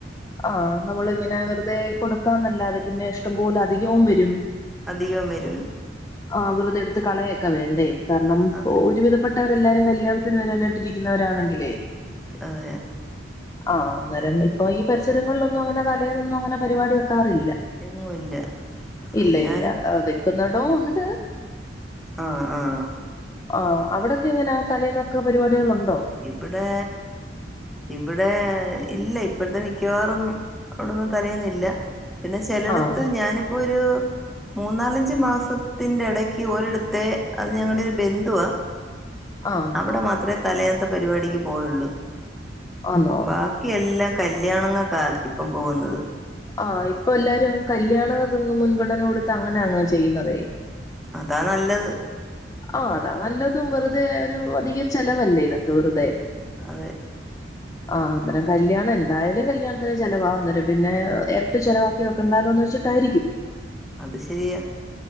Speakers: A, on the left; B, in the centre.
A: ആഹ് നമ്മളിങ്ങനെ വെറുതെ കൊടുക്കാന്നല്ലാതെ, പിന്നെ ഇഷ്ടംപോലെ അധികവും വരും.
B: അധികം വരും.
A: ആ വെറുതെടുത്ത് കളയൊക്കെ വേണ്ടേ. കാരണം
B: അതെ
A: ഒരുവിധപ്പെട്ട വരെല്ലാരും കല്യാണത്തിന് വരാനായിട്ടിരിക്കുന്നവരാണെങ്കിലേ
B: അതെ
A: ആഹ് അന്നേരം ഇപ്പൊ ഈ പരിസരങ്ങളിലൊന്നും അങ്ങനെ തലേന്നൊന്നും, അങ്ങനെ പരിപാടി വെക്കാറില്ല.
B: എങ്ങുമില്ല.
A: ഇല്ല
B: ഞാനും
A: ഇല്ല ആ വെക്കുന്നിടോം ഉണ്ട്.
B: ആഹ് ആഹ്
A: ആ അവിടൊക്കെ എങ്ങനെയാ, തലേന്നൊക്കെ പരിപാടികൾ ഉണ്ടോ
B: ഇവിടെ ഇവിടെ ഇല്ല ഇപ്പോഴത്തെ മിക്കവാറും അവിടൊന്നും തലേന്നില്ല. പിന്നെ ചിലടത്ത്
A: ആഹ്
B: ഞാനിപ്പോ ഒരു മൂന്നാലഞ്ച് മാസത്തിന്റെ ഇടയ്ക്ക് ഒരിടത്ത്, അത് ഞങ്ങളുടെ ഒരു ബന്ധുവാ
A: ആഹ്
B: ഇവിടെ മാത്രമേ തലേന്നത്തെ പരിപാടിക്ക് പോകലുള്ളൂ
A: ആന്നോ
B: ബാക്കി.. ക്കി എല്ലാം കല്യാണങ്ങൾക്കാ ഇപ്പം പോകുന്നത്.
A: ആഹ് ഇപ്പൊ എല്ലാരും കല്യാണങ്ങൾക്ക് മുൻഗണന കൊടുത്ത് അങ്ങനെ അങ്ങ് ചെയ്യുന്നതെ.
B: അതാ നല്ലത്.
A: ആ അതാ നല്ലതും. വെറുതെ ഒരു അധിക ചെലവല്ലേ ഇതൊക്കെ വെറുതെ
B: അതെ
A: ആഹ് അന്നേരം കല്യാണം, എന്തായാലും കല്യാണത്തിന് ചെലവാ. അന്നേരം പിന്നെ ഇരട്ടി ചെലവാക്കി ക്കി വെക്കണ്ടാലോന്ന് വെച്ചിട്ടായിരിക്കും.
B: അത് ശരിയാ